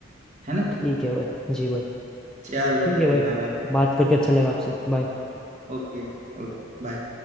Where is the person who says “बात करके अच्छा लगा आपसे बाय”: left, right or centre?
Centre